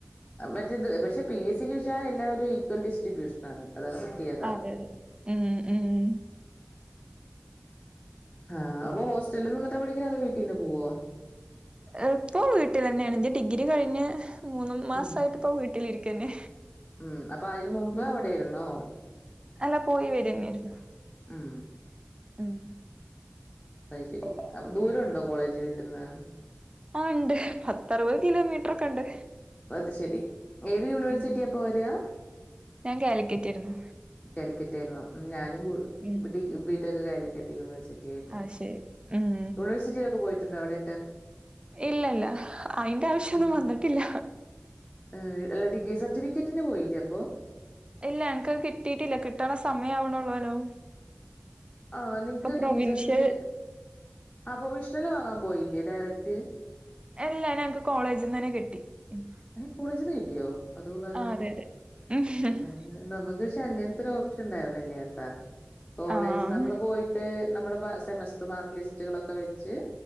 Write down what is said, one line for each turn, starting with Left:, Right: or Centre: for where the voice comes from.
Left: മറ്റേത് പക്ഷെ പി എസ് സിക്ക് പക്ഷാ എല്ലാവരും ഈക്വൽ ഡിസ്ട്രിബ്യൂഷൻ ആണ് അതാണ് കിട്ടിയതാഉം
Right: അതെ അതെ ഉം ഉം
Left: ആഹ അപ്പൊ ഹോസ്റ്റലിൽ നിന്നിട്ട് പഠിക്കാ അതെ വീട്ടീ നിന്ന് പോുവോ
Right: ഇപ്പൊ വീട്ടിതന്നെയാണ് എന്റെ ഡിഗ്രി കഴിഞ്ഞ് മൂന്നു മാസായിട്ട്
Left: ഉം
Right: ഇപ്പോ വീട്ടിലിരിക്കന്നെ
Left: ഉം അപ്പൊ അതിന് മുമ്പ്
Right: ഉം
Left: അവിടെയാര്ന്നോ
Right: അല്ല പോയി വരന്നെയായിരുന്നു
Left: ഉം
Right: ഉം
Left: അയ്ശരി അപ്പ് ദൂരംഉണ്ടോ കോളേജ് വീട്ടിന്ന്
Right: ആഹ് ഉണ്ട് പത്തറുപത് കിലോമീറ്ററൊക്കെ ഉണ്ട്
Left: അത് ശെരി ഏത് യൂണിവേഴ്സിറ്റിയാപ്പോ
Right: ഉം
Left: വര്വാ
Right: ഞാൻ കാലിക്കറ്റാരുന്നു
Left: കാലിക്കട്ടായിരുന്നു ഞാനും
Right: ഉം
Left: ബി ടെക്ക് കാലിക്കറ്റ് യൂണിവേഴ്സിറ്റിയാരുന്നു
Right: അത് ശരി ഉം
Left: യൂണിവഴ്സിറ്റീലൊക്കെ പോയിട്ടുണ്ടോ അവിടെയെക്കെ
Right: ഇല്ലില്ല അയിന്റെ ആവശ്യൊന്നും
Left: ഉം
Right: വന്നിട്ടില്ല
Left: ഏഹ് അല്ല ഡിഗ്രി സർട്ടിഫിക്കറ്റിന് പോയില്ലേ അപ്പോ
Right: ഇല്ല എനക്ക്ത് കിട്ടിയിട്ടില്ല കിട്ടണ സമയമാവണള്ളൂല്ലോ
Left: ആഹ് നിങ്ങക്ക്
Right: പ്രൊവിൻഷ്യൽ
Left: ഡിഗ്രി സർട്ടിഫിക്കറ്റ് ആ പ്രൊവിഷണല് വാങ്ങാൻ പോയില്ലേ ഡയറക്റ്റ്
Right: എല്ലാ ഞങ്ങക്ക് കോളേജീന്ന് തന്നെ കിട്ടി ഉം
Left: ഏഹ് കോളേജീന്ന് കിട്ടിയോ അതുകൊള്ളാലോ
Right: ആ അതെ അതെ
Left: ആഹ് ആഹ് നമുക്ക് ക്ഷെ ങ്ങനത്തെ ഒരു ഓപ്ഷൻണ്ടായിരുന്നല്യാട്ടാ കോളേജ്
Right: ആഹ്
Left: നമ്മള് പോയി ട്ട് നമ്മുടെ സെമസ്റ്റർ മാർക്ക് ലിസ്റ്റുകളൊക്കെ വെച്ച്